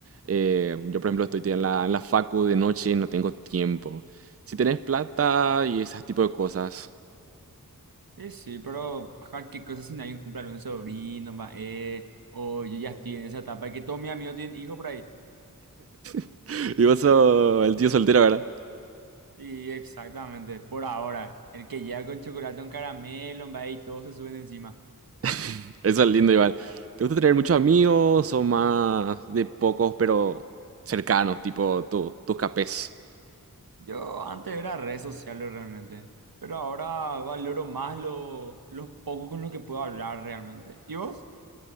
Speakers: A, on the right; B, on the right.
A: eh, yo, por ejemplo, estoy en la, en la facu de noche, no tengo tiempo. Si tenés plata y ese tipo de cosas.
B: Eh, sí, pero cualquier cosa si nadie cumple un sobrino, va, eh, o yo ya estoy en esa etapa que todos mis amigos tienen hijos por ahí.
A: <laughs> Y vos sos el tío soltero, ¿verdad?
B: Y exactamente, por ahora, el que llega con chocolate, un caramelo, va, y todos se suben encima.
A: <laughs> Eso es lindo igual. ¿Te gusta tener muchos amigos o más de pocos pero cercanos, tipo tu- tus capés?
B: Yo antes era redes sociales realmente, pero ahora valoro más lo, los pocos con los que puedo hablar realmente. ¿Y vos?